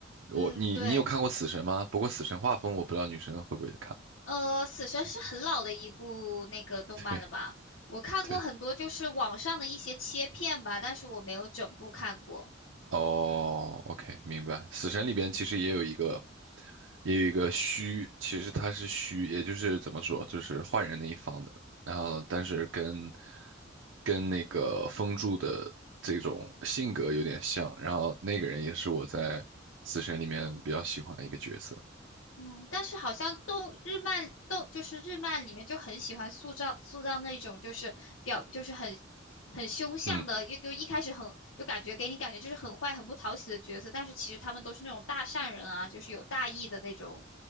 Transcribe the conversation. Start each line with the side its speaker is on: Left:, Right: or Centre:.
Left: 嗯，
Right: 我，你，
Left: 对，
Right: 你有看过《死神》吗？不过《死神》画风，我不知道女生会不会看。
Left: 呃，死神是很老的一部那个动漫了吧？
Right: <laughs> 对，
Left: 我看过很多就是网上的一些切片吧，
Right: 对，
Left: 但是我没有整部看过。
Right: 哦，OK，明白。死神里边其实也有一个，也有一个虚，其实他是虚，也就是怎么说，就是坏人那一方的。然后，但是跟跟那个风柱的这种性格有点像。然后那个人也是我在死神里面比较喜欢的一个角色。
Left: 嗯，但是好像动日漫动就是日漫里面就很喜欢塑造塑造那种就是表就是很很凶相的，
Right: 嗯，
Left: 就就一开始很就感觉给你感觉就是很坏很不讨喜的角色，但是其实他们都是那种大善人啊，就是有大义的那种